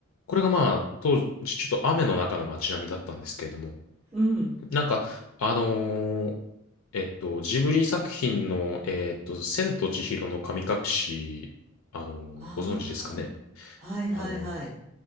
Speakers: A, on the left; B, on the right.
A: これがまあ、当時ちょっと雨の中の街並みだったんですけれども、
B: うん
A: なんか、あのーえっと、ジブリ作品の、えっと、千と千尋の神隠し、あのーご存知ですかね。
B: ああ、はいはいはい。
A: あのー